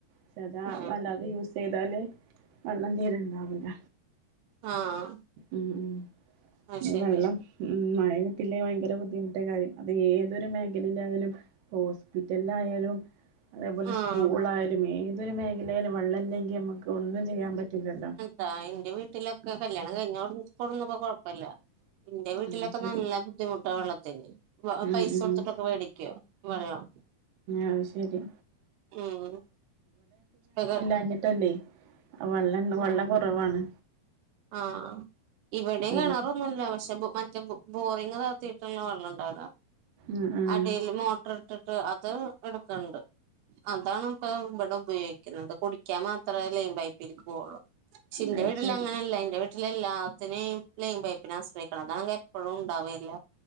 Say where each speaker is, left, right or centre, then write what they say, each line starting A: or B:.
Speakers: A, on the right (about 65°); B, on the right (about 80°).
A: ക്ഷെഅതാ
B: ഉം
A: വല്ലാതെ യൂസ് ചെയ്താല് വെള്ളം തീരെ ണ്ടാവൂല്ല.
B: ആഹ്
A: ഉം ഉം
B: അത് ശരി
A: വെള്ളം ഉം മഴയത്തില്ലേ ഭയങ്കര ബുദ്ധിമുട്ടാ കാര്യം അത് ഏതൊരു മേഖലയിലായാലും ഹോസ്പിറ്റലിലായാലും, അതേപോലെ
B: ആഹ്
A: സ്കൂൾ ആയാലും, ഏതൊരു മേഖലയിലും വെള്ളംല്ലെങ്കി അമ്മക്ക് ഒന്നും ചെയ്യാൻ പറ്റില്ലല്ലോ?
B: ദാ എന്റെ വീട്ടിലൊക്കെ കല്യാണം കഴിഞ്ഞോടന്ന് കൊടന്നപ്പോ കൊഴപ്പില്ല ഇന്റെ വീട്ടിലൊക്കെ
A: ആഹ് ശരി
B: നല്ല ബുദ്ധിമുട്ടാ വെള്ളത്തിന്
A: ഉം
B: പൈസ
A: ഉം
B: കൊടുത്തിട്ടൊക്കെ വേടിക്കുവ വെള്ളം
A: ആഹ് ശരി
B: ഉം അത്
A: ഴിഞ്ഞിട്ടല്ലേ വെള്ളം വെള്ളം കുറവാണ്
B: ആഹ് ഇവിടെ
A: ഉം
B: കിണറൊന്നൂല്ല പക്ഷെ മറ്റേ പ് ബോറിങ് താത്തിട്ടുള്ള വെള്ളം ഉണ്ടാവുക
A: ഉം ഉം
B: അടീൽ മോട് ട്ടറിട്ടിട്ട് അത് എടുക്കണ്ട് അതാണിപ്പം ഇവിടെ ഉപയോഗിക്കുന്നത് കുടിക്കാൻ മാത് ത്രേ ലൈൻ പൈപ്പിലേക്ക് പോവുള്ളൂ പക്ഷെ ഇന്റെ
A: അത്
B: വീട്ടിലങ്ങനല്ല
A: ശരി
B: ഇന്റെ വീട് ട്ടിലെല്ലാത്തിനേം ലൈൻ പൈപ്പിനാശ്രയിക്കണം അതാണെങ്കി എപ്പഴും ഉണ്ടാവേല്ല